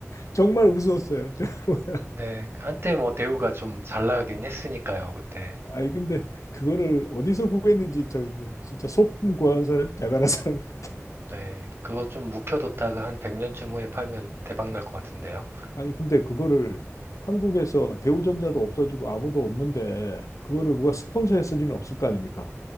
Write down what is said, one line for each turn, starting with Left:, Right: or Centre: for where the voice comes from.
Left: 정말 우스웠어요. 저, <laughs>
Right: 네, 한때 뭐 대우가 좀 잘 나가긴 했으니까요, 그때.
Left: 아니 근데 그거를 어디서 구했는지 저 진짜 소품 구하는 사람 대단한 사람. <laughs>
Right: 네, 그거 좀 묵혀뒀다가 한 100년쯤 후에 팔면 대박 날 것 같은데요.
Left: 아니 근데 그거를 한국에서 대우전자도 없어지고 아무도 없는데 그거를 누가 스폰서했을 리는 없을 거 아닙니까?